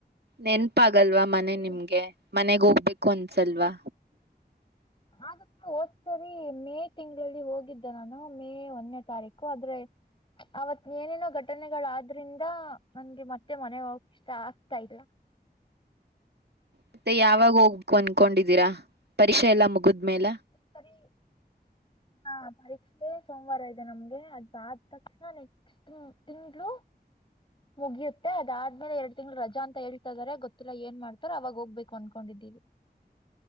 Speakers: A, on the right (about 75°); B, on the left (about 30°).
A: ನೆನ್ಪಾಗಲ್ವಾ ಮನೆ
B: ಇಲ್ಲಿ
A: ನಿಮ್ಗೆ ಮನೆಗ್ ಹೋಗ್ಬೇಕು ಅನ್ಸಲ್ವಾ
B: ಹಾಗ ಹೋದ್ ಸರಿ ಮೇ ತಿಂಗಳಲ್ಲಿ ಹೋಗಿದ್ದೆ ನಾನು ಮೇ ಒಂದನೇ ತಾರೀಕು ಆದ್ರೆ ಅವತ್ ಏನೇನೋ ಘಟನೆಗಳಾದ್ರಿಂದ ನನ್ಗೆ ಮತ್ತೆ ಮನೆ ಹೋಗ ಇಷ್ಟ ಆಗ್ತಾ ಇಲ್ಲ
A: ಮತ್ತೆ ಯಾವಾಗ ಹೋಗ್ಬೇಕು ಅಂದಕೊಂಡಿದೀರಾ ಪರೀಕ್ಷೆ ಎಲ್ಲಾ ಮುಗಿದ್ಮೇಲ
B: ಸರಿ ಹಾ ಪರೀಕ್ಷೆ ಸೋಮವಾರ ಇದೆ ನಮ್ಗೆ ಅದ್ ಆದ ತಕ್ಷಣ ನೆಕ್ಸ್ಟ್ ತಿಂಳ ಮುಗಿಯುತ್ತೆ ಅದಾದ್ಮೇಲೆ ಎರಡು ತಿಂಗ್ಗಳು ರಜ ಅಂತೇಳ್ ಾರೆ ಗೊತ್ತಿಲ್ಲ ಏನ್ ಮಾಡ್ತಾರ ಅವಾಗ ಹೋಗ್ಬೇಕು ಅನ್ಕೊಂಡಿದ್ದೀವಿ